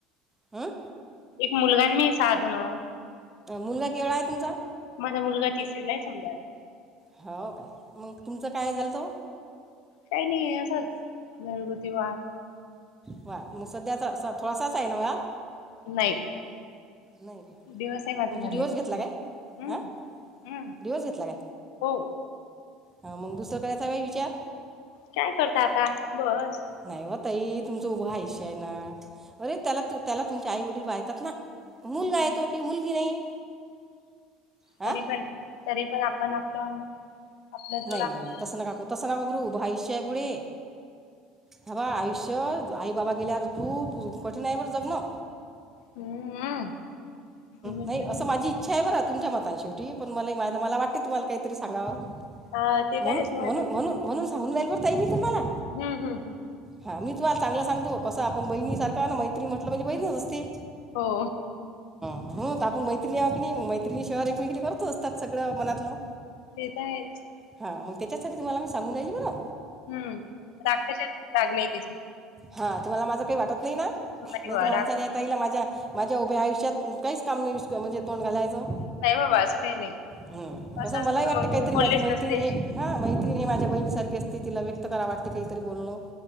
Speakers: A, on the right; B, on the left.
A: हम
B: एक मुलगा आणि मी सहाजणं
A: मुलगा केवढा आहे तुमचा?
B: माझा मुलगा तिसरीलाय समजा आता
A: हो काय मग तुमचं काय झालंतो?
B: काही नाही असच घरगुती वाद
A: वा मग सध्या आता थोडासाच आहे ना वाद
B: नाही
A: नाही काय
B: डिवोर्सही माझा
A: म्हणजे
B: झालेलाय
A: डिवोर्स घेतला काय
B: हम्म
A: हां डिवोर्स घेतला काय?
B: हो
A: ह मग दुसरं करायचा काय विचार
B: काय करता आता बस
A: नाही ओ ताई तुमचं उभं आयुष्य आहे ना अरे त्याला त्याला तुमचे आई वडील वायतात ना मुलगा
B: हम्म
A: हाय तो की मुलगी नाही हां
B: तरी पण तरी पण आपण आपलं आपला जोड
A: नाही
B: आपण-
A: नाही नाही तस नका करू तस नका करू उभा आयुष्य आहे पुुढे हबघा आयुष्य आई बाबा गेल्यावर खूप कठीण आहे बरं जग्न.
B: हम्म. जेवण
A: नाय
B: जेवण
A: असं माझी इच्छा आहे बर तुमच्या मतन शेवटी पण म-मला वाटते तुम्हाला काय तरी सांगाव
B: हा ते तर
A: म्हणून
B: आहेच मग
A: म्हणून
B: आता
A: म्हणून म्हणून सांगून राहिली बरं ताई मी तुम्हाला.
B: हम् हम् हम्.
A: हा मी तुम्हाला चांगलं सांगतो कस आपण बहिणी सारखा न मैत्रीण म्हटलं म्हणजे बहीणच असते.
B: हो.
A: हो आपण आता मैत्रिणी आहो की नाय मैत्रिणी शिवाय एकमेकी करतो त्यात सगळं मनातलं.
B: तेे त आहेच.
A: हा मग त्याच्याच साठी तुम्हाला मी सांगून राहीली बरं.
B: हम्म राग कशाचा राग नाही तिच.
A: हा तुम्हाला माझं काही वाटत नाही ना?
B: नाही
A: नाय
B: बा
A: तरं
B: राग
A: मसान या ताईला माझ्या माझ्या उभ्या आयुष्यात काहीच काम नाय वीश-म्हणजे तोंड घालायचं.
B: नाही बाबा असं काही नाही
A: हम्
B: असं
A: कसं
B: असतं
A: मलाही
B: तर
A: वाटत
B: मग
A: काहीतरी
B: मी बोललेच
A: माझी मैत्रीण
B: नसते
A: हे हा मैत्रीण ही माझ्या बहिणीसारखी अस ते तिला व्यक्त कराव वाटते काहीतरी बोलणं.